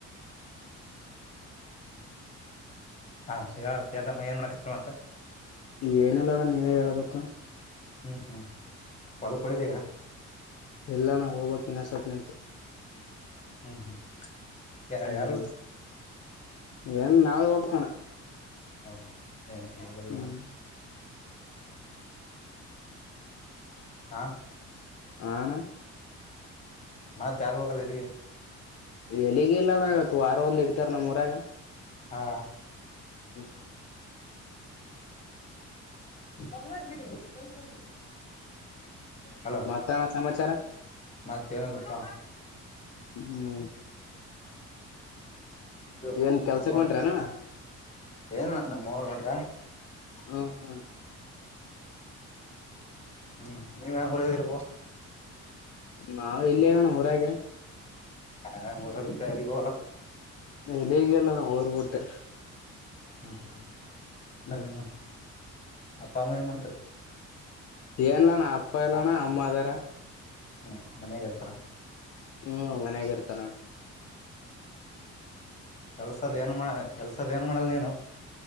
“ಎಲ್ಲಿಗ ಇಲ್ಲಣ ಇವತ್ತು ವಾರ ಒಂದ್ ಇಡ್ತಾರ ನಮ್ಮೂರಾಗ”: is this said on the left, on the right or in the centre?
Left